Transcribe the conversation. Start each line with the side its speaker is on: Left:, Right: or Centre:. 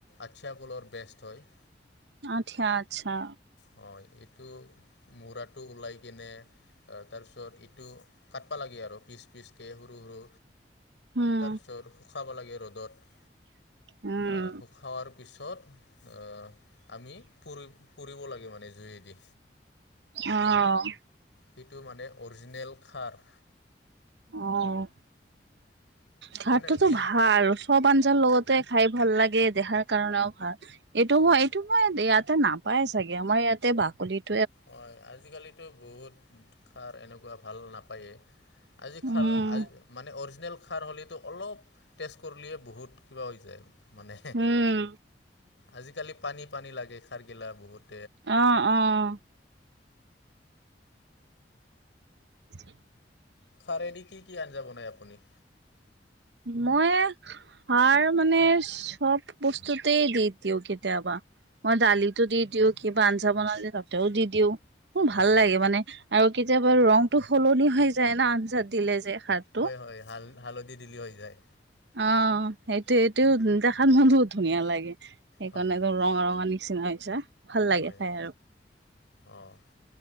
Left: আঠিয়া কলৰ বেষ্ট হয়।
Right: আচ্ছা, আটচা
Left: হয়। এইটো মুৰাটো উলাই কিনে তাৰপিছত ইটো কাটবা লাগে আৰু। পিচ পিচ কে সৰু সৰু!
Right: উম
Left: তাৰ পিছত শুখাবা লাগে ৰ'দত,
Right: উম
Left: আঁ' শুখাৱাৰ পিছত অঁ' আমি পুৰি পুৰিব লাগে মানে জুইয়েদি।
Right: অঁ। ',
Left: সিটো মানে অৰ্জিনেল খাৰ।
Right: অঁ', খাৰটোতো
Left: মানে বি
Right: ভাল সব আ লগতে খাই ভাল লাগে দেহাৰ কাৰণেও ভাল এইটো
Left: হয়
Right: মই এইটো মই ইয়াত তে নাপায় চাগে, আমাৰ ইয়াতে বাকলিত
Left: হয়, আজিকালিতো বহুত খাৰ এনেকুৱা ভাল নাপায়ে। আজি
Right: উম।
Left: খাৰ আজি মানে অৰ্জি নেল খাৰ হ'লিতো অলপ টেষ্ট কৰলিয়ে বহুত কিবা হৈ যায়। মানে,
Right: উম
Left: আজিকালি পানী পানী লাগে খাৰগিলা বহুত।
Right: অ', অ, <inaudible>
Left: খাৰেদি কি কি আঞ্জা বনাই আপুনি?
Right: মই সাৰ মানে চব বস্তুতেই দি দিওঁ কেতিয়াবা। মই দালিতো দি দিওঁ কিবা আঞ্জা বনালে তাতেও দি দিওঁ। মোৰ
Left: হয়
Right: ভাল
Left: হয়
Right: লাগে মানে আৰু কেতিয়াবা ৰংটো সলনি হৈ যায় না আঞ্জাত দিলে যে। সাৰটো।
Left: হয়, হয়, হাল হালধি দিলি হৈ যায়।
Right: অ' সেইটো সেইটোও দেখাত মান বহুত ধুনীয়া লাগে সেইকাৰণে
Left: হয়
Right: ৰঙা ৰঙা নি। নিচিনা হৈছে, ভাল লাগে
Left: হয়
Right: খাই
Left: হয়
Right: আৰু।
Left: অঁ